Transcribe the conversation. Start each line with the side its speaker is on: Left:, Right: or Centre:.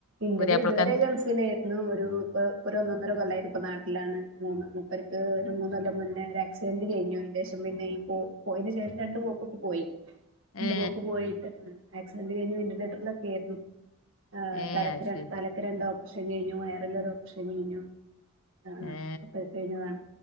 Right: ഇല്ലത്
Left: പുതിയാപ്പളക്ക്
Right: ഇതുവരെ ഗൾഫിലായിരുന്നു ഒരു പ്പ ഒരു ഒന്നൊന്നര കൊല്ലായിട്ട് ഇപ്പൊ നാട്ടിലാണ് മന്ന് അവരക്ക് ഒരു മൂന്നൊല്ലം മുന്നേ ഒര ആക്സിഡന്റ് കഴിഞ്ഞു അയിൻ്റെഷം പിന്നെ ഈ പോ പോയേന് ശേഷം രണ്ടു പോക്ക്‌ പ്പോ പോയി രണ്ട്പോക്ക്
Left: ഏ
Right: പോയിട്ട് ഉം ആക്സിഡന്റ് കഴിഞ്ഞ് വെന്റിലേറ്ററിലൊക്കെ ആയിരുന്നു ആ
Left: ഏ
Right: തലക്ക്
Left: അത്
Right: ര
Left: ശരി
Right: തലക്ക് രണ്ടോ പ്പറേഷ ഷൻ കയിഞ്ഞു വയറില് ഒരോപ്പറേഷൻ കയിഞ്ഞു ആ ആ
Left: ഏ
Right: അപ്പ കയിഞ്ഞതാണ്